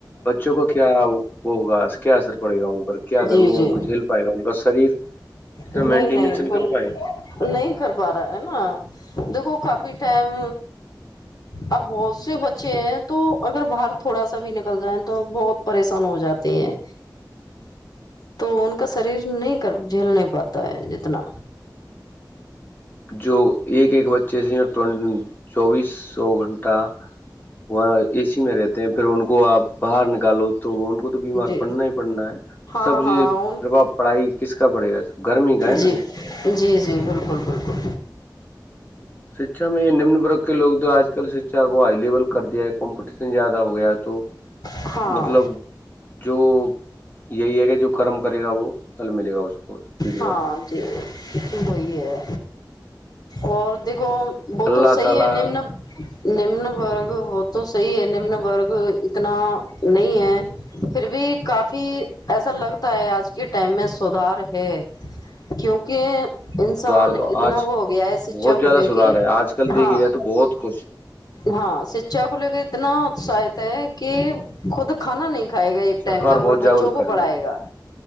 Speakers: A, on the left; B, on the left.
A: بچوں کا کیا وہ ہوگا کیا اثر پڑے گا ان پر کیا گرمی
B: جی جی
A: ان کو جھیل پائے گا ان کا شریر اتنا
B: نہیں
A: مینٹینس
B: نہیں بول
A: کر پائے گا
B: نہیں کر پا رہا ہے نا دیکھو کافی ٹائم اب بہت سے بچے ہیں تو اگر باہر تھوڑا سا بھی نکل جائ تو بہت پریشان ہو جاتے ہیں تو ان کا شریر نہیں کر جھیل نہیں پاتا ہے جتنا
A: جو ایک ایک بچے سےٹ چوبیس سو گھنٹہ وہاں اے سی میں رہتے ہیں پھر ان کو آپ باہر نکالو تو وہ ان کو تو بیمار
B: جی
A: پڑنا ہی پڑنا ہے تو
B: ہاں
A: سب
B: ہاں
A: یہ
B: ان
A: پرباب پڑھائی کس کا پڑے گا سب گرمی کا ہے
B: جی
A: نا یہ پربا
B: جی جی بالکل بالکل
A: شکھا میں یہ نمن ورگ کے لوگ جو آج کل شکھا کو ہائی لیول کر دیا ہے کمپٹیشن زیادہ ہو گیا ہے تو
B: ہاں
A: مطلب جو یہی ہے کہ جو کرم کرے گا وہ کل ملے گا اس کو سیدھی
B: ہاں
A: بات
B: جی وہی ہے اور دیکھو
A: ہے۔
B: وہ
A: اللہ
B: تو صحیح
A: تعالی
B: ہے نم نم ورگ وہ تو صحی ہے نمن وورگ اتنا نہیں ہے پھر بھی کافی ایسا لگتا ہے آج کے ٹائم میں سدھار ہے کیونکہ انسان
A: سدھار دو
B: اتنا
A: آج
B: ہوگ گیا ہے شکھا
A: بہت زیادہ
B: کو لے
A: سدھار
B: کے
A: ہے آج کل دیکھ
B: ہاں
A: جائے تو بہت کچھ
B: ہاں شکھا چ کو لے کے اتنا اتساہت ہے کہ خود کھانا نہیں دکھائے گا ایک ٹائم
A: سرکار
B: کا پر
A: بہت
B: بچوں
A: جاگروک
B: کو
A: کر رہی
B: پڑھائے
A: ہے بچوں
B: گا